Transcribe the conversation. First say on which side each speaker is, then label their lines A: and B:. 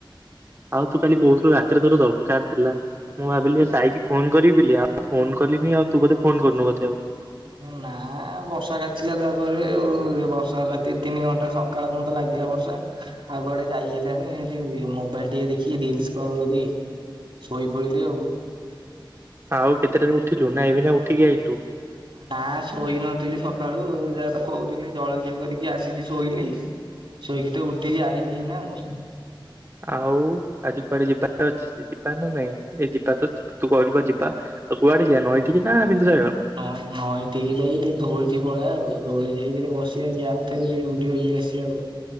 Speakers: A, on the right (about 30°); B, on the right (about 75°).
A: ଆଉ ତୁ କାଲି କହୁଥିଲୁ ରାତିରେ ତୋତେ ଦରକାର ଥିଲା। ମୁଁ ଭାବିଲି ସାଇକି ଫୋନ କରିବି ବୋଲିି ଆଉ ଫୋନ କଲିିନି ଆଉ ତୁ ବୋଧେ ଫୋନ କରିନୁ ବୋଧେ ଆଉ
B: ନା ବର୍ଷା କାଚିଲା ତାପରେ ଆଉ ବର୍ଷା ହେଲା ଦି ତିନି ଘଣ୍ଟା ସ ସକାଳ ପର୍ଯ୍ୟନ୍ତ ଲାଗିଲା ବର୍ଷା। ଆଉ କୁଆଡେ ଯାଇ ହେଲାନି ହେମିତି ମୋବାଇଲ ଟିକେ ଦେଖି ରିଲସ ସ୍କ୍ରୋଲ୍ କରି। ଶୋଇପଇଲି ଆଉ।
A: ଆଉ କେତେଟାରେ ଉଠିଲୁ ନା ଏବେ ନା ଉଠିକି ଆଇଲୁ?
B: ନା ଶୋଇ ନଥିଲି ସକାଳୁ ଯାହା ତ କହୁଥିଲି ଜଳଖିଆ କରିକି ଆସିକି ଶୋଇଲି। ଶୋଇକି ତ ଉଠିକି ଆଇଲିି ଏଇନା ଆଉ।
A: ଆଉ ଆଜି କୁଆଡେ ଯିବାର ଅଛି? ସେ ଯିବା ନା ନାଇଁ ଏ ଯିବା ତ ତୁ କହିଲୁ ପା ଯିବା ଆଉ କୁଆଡେ ଯିବା ନଈ ଠିକି ନା ବିନ୍ଦୁ ସାଗର?
B: ନଇ ନଈଠିକି ଯାଇକି ଟିକେ ଧଉଳି ଠିକି ପଳେଇବା ଆଉ। ଧଉଳି ଯାଇ ସେଠି ବସିିବା ଯାଉଛେ ଟିକେ ବୁଲି ବାଲି ଆସିବା ଆଉ